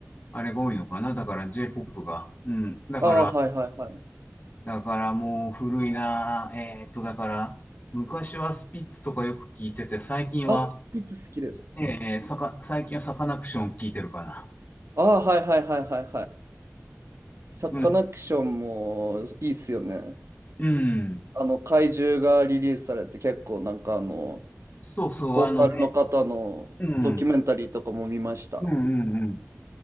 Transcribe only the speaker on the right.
ああ、はいはいはい。
ああ、好きです好きです。
ああ、はいはいはいはいはい。サカナクションもいいっすよね。
あの、怪獣がリリースされて結構なんかあの、
ボーカルの方のドキュメンタリーとかも見ました。